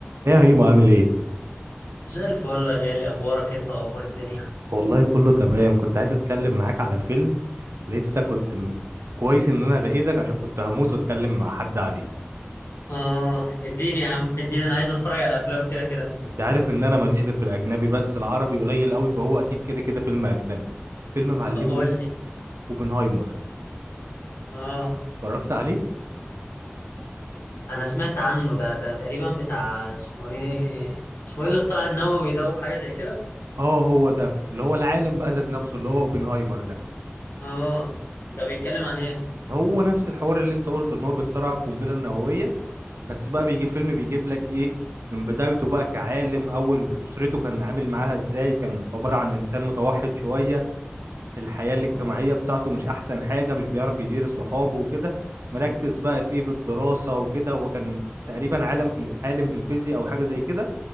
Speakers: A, on the right; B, on the left.
A: ايه يا هيمو عامل ايه؟
B: زي الفل يا غالي اخبارك انت واخبار الدنيا
A: والله كله تمام كنت عايز اتكلم معاك على فيلم لسه كنت م... كويس ان انا لقيتك عشان كنت هموت واتكلم مع حد عليه
B: اه اديني يا عم اديني انا عايز اتفرج على افلام كده كده
A: انت عارف ان انا ماليش غير في الاجنبي بس العربي قليل قوي فهو اكيد كده كده فيلم اجنبي فيلم معلمي
B: قول
A: اسمه
B: لي
A: اوبنهايمر
B: اه
A: اتفرجت عليه؟
B: انا سمعت عنه ده ده تقريبا بتاع اسمه ايه اسمه ايه اللي اخترع النووي ده وحاجه زي كده
A: اه هو ده اللي هو العالم بقى ذات نفسه اللي هو اوبنهايمر ده
B: اه ده بيتكلم عن ايه
A: هو نفس الحوار اللي انت قلته ان هو بيخترع القنبلة النووية بس بقى بيجي الفيلم بيجيب لك ايه من بدايته بقى كعالم اول اسرته كان عامل معاها ازاي كان عبارة عن انسان متوحد شوية الحياة الاجتماعية
B: اه
A: بتاعته مش احسن حاجة مش بيعرف يدير صحابه وكده مركز بقى في ايه في الدراسة وكده هو كان تقريبا عالم في عالم في الفيزياء او حاجة زي كده